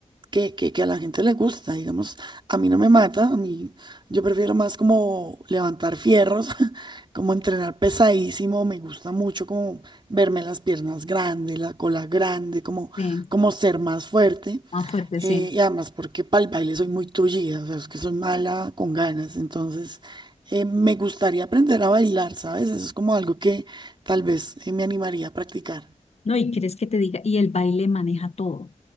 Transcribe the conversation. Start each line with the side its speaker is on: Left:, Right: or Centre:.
Right: que, que, que a la gente le gusta, digamos, a mí no me mata, a mí yo prefiero más como levantar fierros, <laughs> como entrenar pesadísimo, me gusta mucho como verme las piernas grandes, la cola grande, como,
Left: sí,
Right: como ser más fuerte.
Left: más fuerte,
Right: eh,
Left: sí.
Right: y además porque para el baile soy muy tullida, o sea, es que soy mala con ganas, entonces eh, me gustaría aprender a bailar, ¿sabes? Eso es como algo que tal vez eh, me animaría a practicar.
Left: No, y quieres que te diga, y el baile maneja todo. O